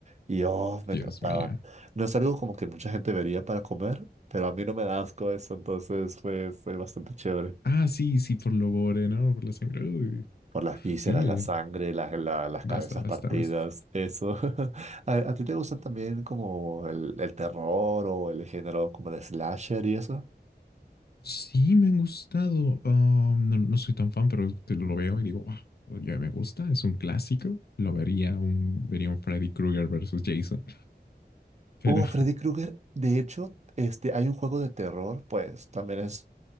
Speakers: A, on the right (about 40°); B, on the left (about 65°).
A: Y oh, me
B: Dios
A: encantaban.
B: mío.
A: No es algo como que mucha gente vería para comer, pero a mí no me da asco eso, entonces fue, fue bastante chévere.
B: Ah, sí, sí, por lo gore, ¿no? Por la sangre. Uy,
A: Por las vísceras,
B: dude.
A: la sangre, las la- las
B: Basta,
A: cabezas
B: basta,
A: partidas,
B: basta.
A: eso. <laughs> ¿A, a ti te gustan también como el, el terror o el género como de slasher y eso?
B: Sí, me han gustado. Um, no, no soy tan fan, pero te lo veo y digo, wow, ya me gusta, es un clásico. Lo vería un, vería un Freddy Krueger versus Jason, pero
A: Uh, Freddy Krueger, de hecho, este, hay un juego de terror, pues también es